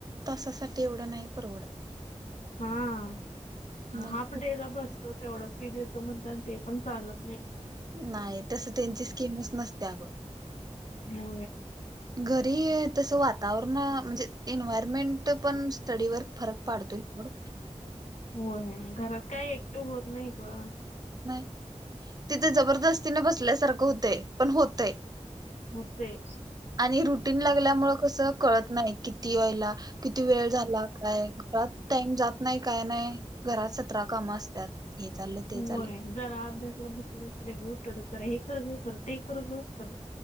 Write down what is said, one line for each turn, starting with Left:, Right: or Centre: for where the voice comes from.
Right: तासासाठी एवढं नाही परवडत
Left: हा हा
Right: मग
Left: आपटला
Right: फु-
Left: बस तो तेवढा फी देतो म्हणता आणि ते पण चालत नाही
Right: नाही तस त्यांची स्कीमच नसते अगो
Left: हो
Right: घरी तसं वातावरण म्हणजे एन्वयरमेंट पण स्टडीवरर फरक पाडतोय थोडं
Left: होय घरात काही एकक्टिव्ह होत नाही का
Right: नाही तिथे जबरदस्तीने बसल्यासारखं होते पण होतय
Left: होतय.
Right: आणि रुटीन लागल्यामुळे कसं कळत नाही किती व्हायला किती वेळ झाला काय घात टाईम जात नाही काय नाही घरात सतरा काम असत हे चाललं ते
Left: होय
Right: चाललं
Left: जरा अभ्यासला बस घेऊ जरा हे कर ज ते कर ग तर